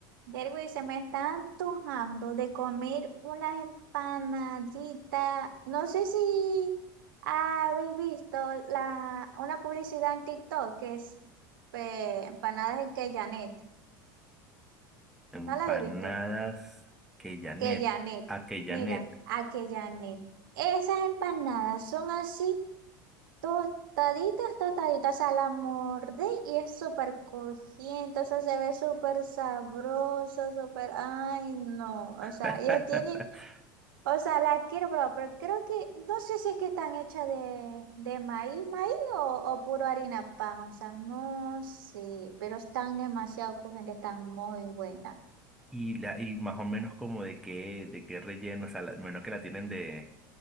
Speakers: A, on the right; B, in the centre.
A: Derwin, se me está antojando de comer unas empanaditas. No sé si habéis visto la, una publicidad en TikTok que es eh, empanadas en Janet.
B: Empanadas
A: ¿No la habéis visto?
B: que Janet,
A: Janet.
B: a que Janet.
A: Mira, Janet. Esas empanadas son así tostaditas, tostaditas. O sea, la mordé y es súper crujiente. O sea, se ve súper sabroso, súper... Ay, no. O sea,
B: <laughs>
A: ya tiene... O sea, la quiero probar, pero creo que, no sé si es que están hechas de, de maíz, maíz o, o puro harina pan, o sea, no sé, pero están demasiado crujientes, están muy buenas.
B: Y, la, y más o menos como de qué, de qué relleno, o sea, la- menos que la tienen de,